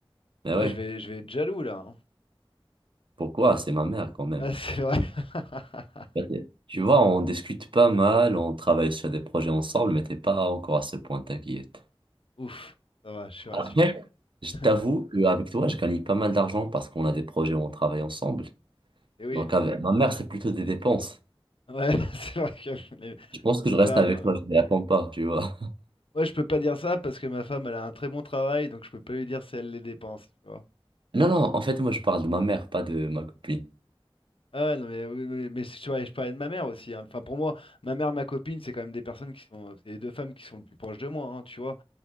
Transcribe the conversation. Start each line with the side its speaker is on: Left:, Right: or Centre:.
Right: Mais
Left: Ah,
Right: ouais,
Left: je vais, je vais être jaloux là. hein.
Right: pourquoi? C'est ma mère quand même.
Left: Ah, c'est vrai. <laughs>
Right: Bah, t'es- Tu vois, on discute pas mal, on travaille sur des projets ensemble, mais t'es pas encore à ce point, t'inquiète.
Left: Ouf, ça va, je suis rassuré.
Right: Après, je
Left: <laughs>
Right: t'avoue qu'avec toi, je gagne pas mal d'argent parce qu'on a des projets où on travaille ensemble.
Left: Et oui,
Right: Donc, avec ma mère, c'est plutôt des dépenses.
Left: ouais, <laughs> c'est vrai que les,
Right: Je pense
Left: les
Right: que je
Left: femmes.
Right: reste avec
Left: euh,
Right: toi, je ne l'attends pas, tu vois.
Left: Moi, je peux pas dire ça parce que ma femme, elle a un très bon travail, donc je peux pas lui dire si elle les dépense, tu vois.
Right: Non, non, en fait, moi, je parle de ma mère, pas de ma copine.
Left: Ah non, mais oui, oui, mais si tu vois, je parlais de ma mère aussi. hein. Enfin, pour moi, ma mère, ma copine, c'est quand même des personnes qui sont. C'est les deux femmes qui sont le plus proches de moi, hein, tu vois.